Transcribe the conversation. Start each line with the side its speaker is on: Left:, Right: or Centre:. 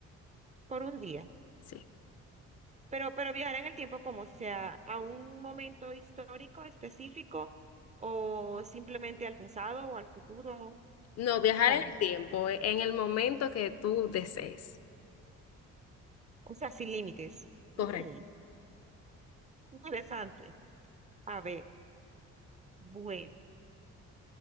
Right: Por un día.
Left: Sí.
Right: Pero, pero viajar en el tiempo como sea, a un momento histórico específico o simplemente al pasado o al futuro.
Left: No, viajar
Right: ¿Cómo?
Left: en el tiempo, e- en el momento que tú desees.
Right: O sea, sin límites. Mm,
Left: Correcto,
Right: interesante. A ver, bueno,